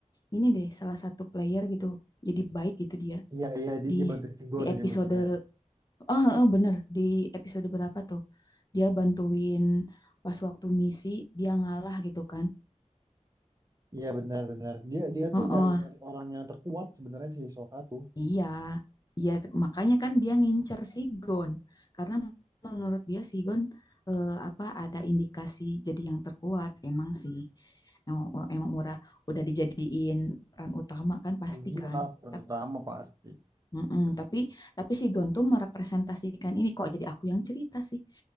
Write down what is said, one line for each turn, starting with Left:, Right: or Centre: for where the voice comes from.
Left: ini deh salah satu player gitu. Jadi baik gitu dia
Right: Iya iya dia,
Left: di
Right: dia bantuin Shingon
Left: di
Right: ujung-ujungnya.
Left: episode ah ah, bener di episode berapa tuh dia bantuin pas waktu misi dia ngalah gitu kan.
Right: Iya benar-benar. Dia dia
Left: Heeh,
Right: tuh nyari-nyari orang yang terkuat sebenarnya si Hisoka tuh.
Left: Iya, iya makanya kan dia ngincer Sigon karena menurut dia Sigon eh, apa ada indikasi jadi yang terkuat emang sih. Emang, emang murah udah dijadiin peran utama kan pasti
Right: Iya
Left: kan.
Right: lah peran
Left: Tapi
Right: utama pasti.
Left: mm-mm, tapi tapi Sigon tuh merepresentasikan ini kok jadi aku yang cerita sih.